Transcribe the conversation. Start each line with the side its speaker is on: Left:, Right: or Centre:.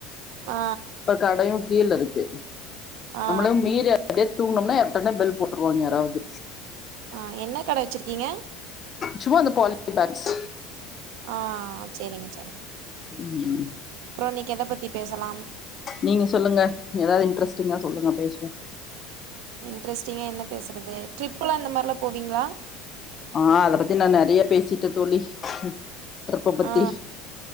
Right: ஆ
Left: கடையு கீழ இருக்கு
Right: ஆ
Left: நம்முளு மீற அப்டியே தூங்குன்னா அப்பதா பெல் போட்ருவாங்க யாராவது
Right: ஆ என்ன கட வச்சுருக்கீங்க
Left: சும்மா அந்த பல் பாக்ஸ்
Right: ஆ சேரிங்க சேரிங்
Left: ம்
Right: அப்றோ இன்னிக்கி எத பத்தி பேசலாம்
Left: நீங்க சொல்லுங்க ஏதாவது இன்ட்ரெஸ்டிங்கா சொல்லுங்க பேசுவோம்
Right: இன்ட்ரஸ்டிங்கா என்ன பேசுறது ட்ரிப்பெல்லா அந்த மாரிலா போவீங்களா
Left: ஆ அத பத்தி நா நெறையா பேசிட்டே தோழி ட்ரிப்ப பத்தி
Right: ஆ